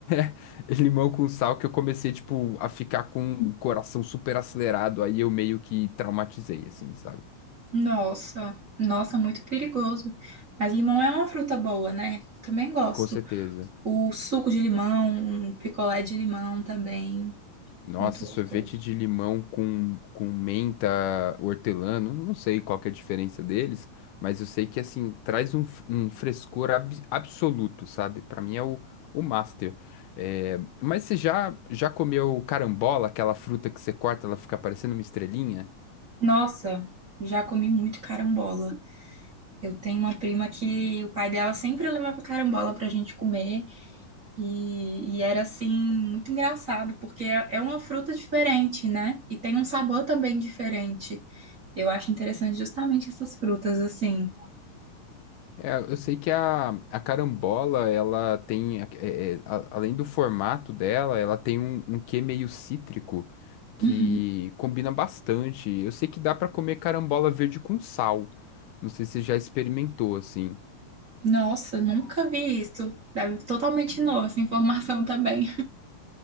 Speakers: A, on the left; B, on the right.
A: <laughs> Limão com sal que eu comecei, tipo, a ficar com o coração super acelerado. Aí eu meio que traumatizei, assim, sabe?
B: nossa, nossa, muito perigoso. Mas limão é uma fruta boa, né? Também gosto.
A: Com certeza.
B: O suco de limão, um picolé de limão também,
A: Nossa,
B: muito gostoso.
A: sorvete de limão com, com menta, hortelã, não, não sei qual que é a diferença deles, mas eu sei que, assim, traz um, f- um frescor ab- absoluto, sabe? Pra mim é o, o master. É, mas você já, já comeu carambola, aquela fruta que você corta, ela fica parecendo uma estrelinha?
B: Nossa, já comi muito carambola. Eu tenho uma prima que o pai dela sempre levava carambola pra gente comer. E, e era assim, muito engraçado, porque é, é uma fruta diferente, né? E tem um sabor também diferente. Eu acho interessante justamente essas frutas, assim.
A: É, eu sei que a, a carambola, ela tem, a- é, é, a- além do formato dela, ela tem um, um quê meio cítrico que
B: Uhum.
A: combina bastante. Eu sei que dá pra comer carambola verde com sal. Não sei se você já experimentou assim.
B: Nossa, nunca vi isso. Deve totalmente nova essa informação também.